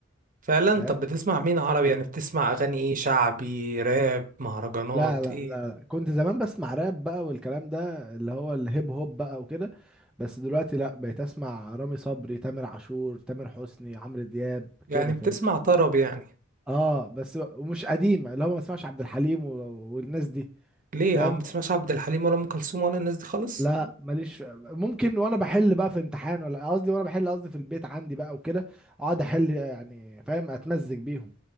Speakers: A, on the right; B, in the centre.
A: فعلا
B: فاهم
A: طب بتسمع مين عربي يعني بتسمع اغاني ايه شعبي راب مهرجانات
B: لا لا
A: ايه
B: لا لا كنت زمان بسمع راب بقى والكلام ده اللي هو الهيب هوب بقى وكده بس دلوقتي لا بقيت اسمع رامي صبري تامر عاشور تامر حسني عمرو دياب
A: يعني
B: كده
A: بتسمع
B: فاهم
A: طرب يعني
B: اه بس ومش قديم اللي هو ما بسمعش عبد الحليم و- والناس دي
A: ليه
B: فاهم
A: يا عم بتسمعش عبد الحليم ولا ام كلثوم ولا الناس دي خالص
B: لا ماليش في- ممكن وانا بحل بقى في امتحان ولا قصدي وانا بحل قصدي في البيت عندي بقى وكده اقعد احل يعني فاهم اتمزج بيهم